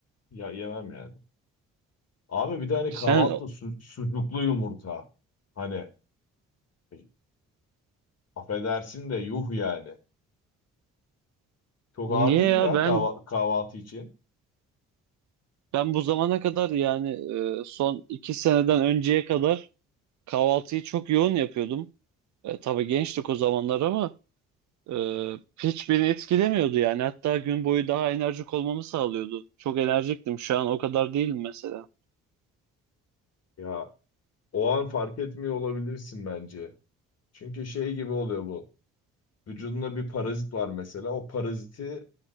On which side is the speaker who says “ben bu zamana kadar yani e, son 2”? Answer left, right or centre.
Right